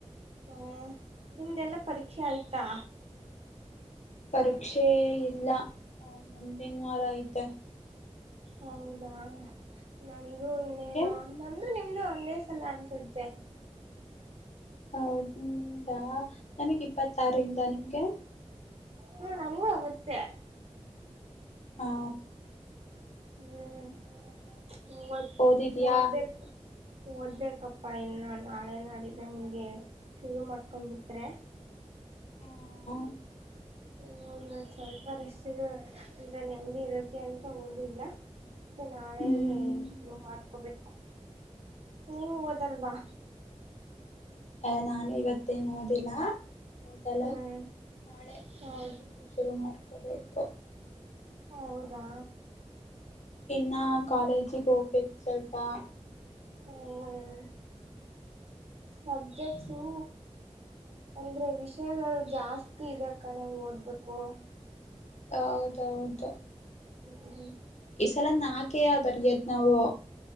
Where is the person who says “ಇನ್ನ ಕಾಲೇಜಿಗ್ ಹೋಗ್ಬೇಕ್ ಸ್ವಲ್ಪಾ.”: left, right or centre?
Left